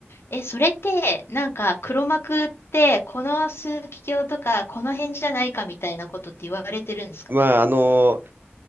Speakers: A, on the left; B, on the right.
A: え、それって、なんか、黒幕って、この枢機卿とか、この辺じゃないかみたいなことって言われてるんですか
B: まあ、あの